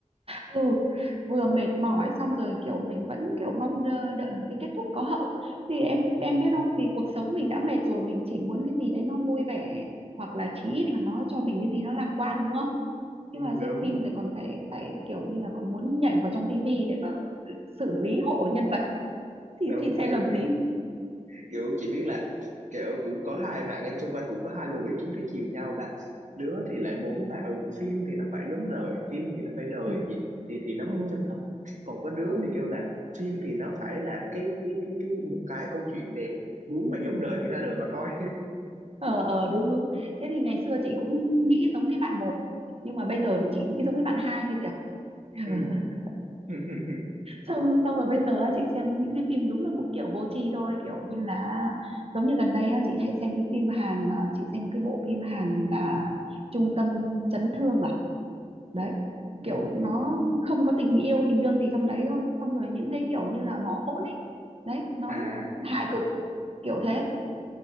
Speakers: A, on the right; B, on the right.
A: ừ vừa mệt mỏi xong rồi kiểu mình vẫn kiểu mong đợi, đợi cái kết thúc có hậu thì em
B: ừ,
A: em biết không vì cuộc sống mình đã mệt rồi mình chỉ muốn cái gì đấy nó vui vẻ hoặc là chí ít là nó cho mình cái gì nó lạc quan đúng không
B: ừ,
A: thế mà
B: đúng
A: xem phim thì còn phải phải kiểu như là còn muốn nhảy vào trong tivi để mà xử lý hộ nhân vật thì
B: đúng
A: thì xem
B: kiểu
A: làm gì
B: kiểu chị biết là kiểu cũng có hai bạn em xung quanh cũng có hai luồng ý kiến trái chiều nhau là đứa thì lại muốn là ừ phim thì nó phải giống đời phim thì nó phải đời
A: ừ
B: gì thì thì nó mới
A: ừ,
B: chân thật còn có đứa
A: ừ.
B: thì kêu là phim thì nó phải là cái cái cái cái một cái câu chuyện đẹp muốn mà giống đời thì ra đời mà coi
A: ờ ờ đúng đúng thế thì ngày xưa chị cũng nghĩ giống cái bạn một nhưng mà bây giờ thì chị nghĩ giống cái bạn hai kia kìa <laughs>
B: <laughs> ừ. <laughs>
A: xong xong rồi bây giờ á, chị xem những cái phim đúng là cũng kiểu vô tri thôi kiểu như là giống như gần đây á, chị hay xem cái phim Hàn à, chị xem cái bộ phim Hàn là Trung tâm chấn thương à đấy
B: ừ.
A: kiểu nó không có tình yêu tình đương gì trong đấy thôi xong rồi những cái kiểu như là mỏ hỗn ấy đấy nói
B: à
A: hài cực kiểu thế